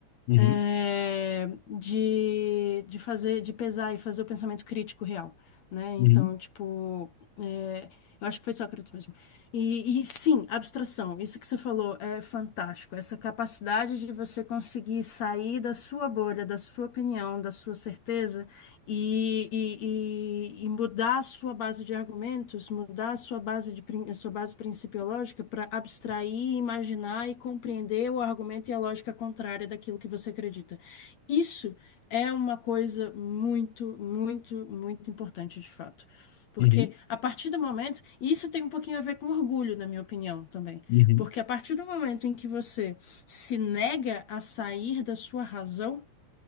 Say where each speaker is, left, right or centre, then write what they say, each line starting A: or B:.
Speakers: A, on the left; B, on the left.
A: Uhum,
B: é, de, de fazer, de pesar e fazer o pensamento crítico real, né? Então,
A: uhum,
B: tipo. É, eu acho que foi Sócrates mesmo. E, e sim, abstração, isso que você falou é fantástico. Essa capacidade de você conseguir sair da sua bolha, da sua opinião, da sua certeza e, e, e- e mudar a sua base de argumentos, mudar a sua base de, prin- a sua base principiológica para abstrair, imaginar e compreender o argumento e a lógica contrária daquilo que você acredita. Isso é uma coisa muito, muito, muito importante de fato. Porque
A: uhum,
B: a partir do momento, e isso tem um pouquinho a ver com orgulho, na minha opinião também.
A: uhum,
B: Porque a partir do momento em que você se nega a sair da sua razão,